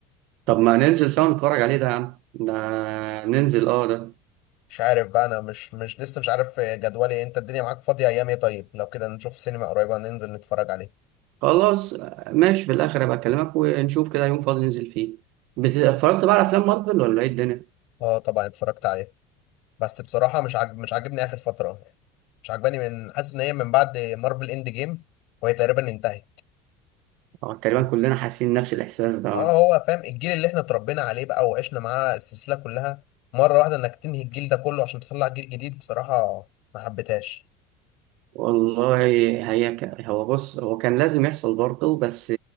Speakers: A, on the right (about 65°); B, on the left (about 65°).
A: طب ما ننزل سوا نتفرج عليه ده يا عم ده ننزل اه ده
B: مش عارف بقى انا مش مش لسه مش عارف جدولي إيه. انت الدنيا معاك فاضية ايام ايه طيب لو كده نشوف سينما قريبة ننزل نتفرج عليه
A: خلاص ماشي في الاخر هبقى اكلمك ونشوف كده يوم فاضي ننزل فيه بت- اتفرجت بقى على افلام مارفل ولا ايه الدنيا
B: اه طبعا اتفرجت عليه بس بصراحة مش عاجب مش عاجبني اخر فترة مش عجباني من حاسس ان هي من بعد مارفل اند جيم وهي تقريبا انتهت
A: اه تقريبا
B: يعني
A: كلنا حاسين نفس الاحساس ده
B: اه هو فاهم الجيل اللي احنا اتربينا عليه بقى وعشنا معاه السلسلة كلها مرة واحدة انك تنهي الجيل ده كله عشان تطلع جيل جديد بصراحة ما حبيتهاش
A: والله هي ك... هو بص هو كان لازم يحصل برضه بس